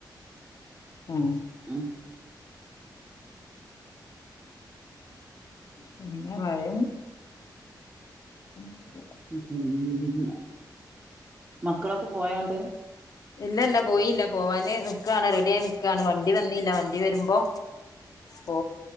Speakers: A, on the left (about 55°); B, on the right (about 25°).
A: ഉം.
B: മ്
A: പിന്നേ മഴയും. <unintelligible>
B: പിന്ന മക്കളൊക്കെ പോയണ്ട്.
A: ഇല്ല ഇല്ല പോയില്ല പോവാന് നിക്കാ യാണ് റെഡി ആയി നിക്യാണ് വണ്ടി വന്നില്ല വണ്ടി വരുമ്പോ. ഓ